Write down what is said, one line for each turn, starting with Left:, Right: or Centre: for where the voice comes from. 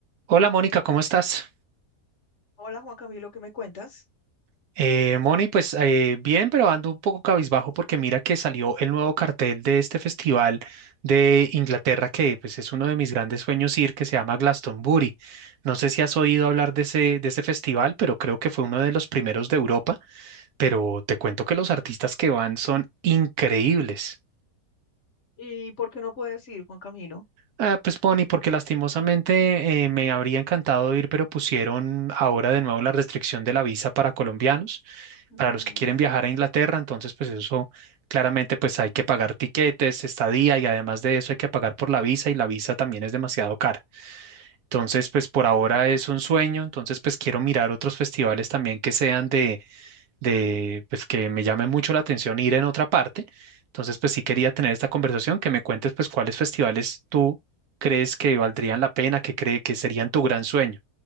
Right: Hola Mónica, ¿cómo estás?
Left: Hola Juan Camilo, ¿qué me cuentas?
Right: Eh, Moni, pues eh, bien, pero ando un poco cabizbajo porque mira que salió el nuevo cartel de este festival de Inglaterra que pues es uno de mis grandes sueños ir, que se llama Glastonbury. No sé si has oído hablar de ese, de ese festival, pero creo que fue uno de los primeros de Europa, pero te cuento que los artistas que van son increíbles.
Left: ¿Y por qué no puedes ir, Juan Camilo?
Right: Ah, pues Bonnie, porque lastimosamente eh, me habría encantado ir, pero pusieron ahora de nuevo la restricción de la visa para colombianos,
Left: Mm,
Right: para los que quieren
Left: sí,
Right: viajar a Inglaterra, entonces pues eso claramente pues hay que pagar tiquetes, estadía y además de eso hay que pagar por la visa y la visa también es demasiado cara. Entonces pues por ahora
Left: ay, Juan
Right: es
Left: Camilo.
Right: un sueño, entonces pues quiero mirar otros festivales también que sean de de pues que me llame mucho la atención ir en otra parte. Entonces, pues sí quería tener esta conversación, que me cuentes pues cuáles festivales tú crees que valdrían la pena, que cree que serían tu gran sueño,